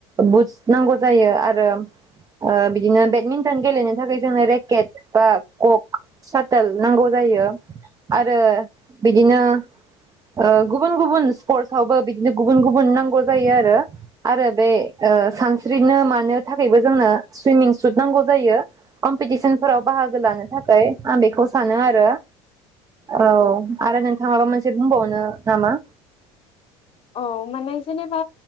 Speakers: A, on the right; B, on the left.
A: बुट्स नांगौ जायो आरो ओ बिदिनो बेडमिन्टन गेलेनो थाखाय जोंनो रेकेट बा कक सटोल नांगौ जायो आरो बिदिनो ओ गुबुन गुबुन स्पर्टसआवबो बिदिनो गुबुन गुबुन नांगौ जायो आरो। आरो बे ओ सानस्रिनो मानो थाखायबो जोंनो सुइमिं सुद नांगौ जायो कम्पिटिसनफोराव बाहागो लानो थाखाय आं बेखौ सानो आरो औ। आरो नोंथांङा माबा मोनसे बुंबावनो नामा?
B: औ माने जेनेबा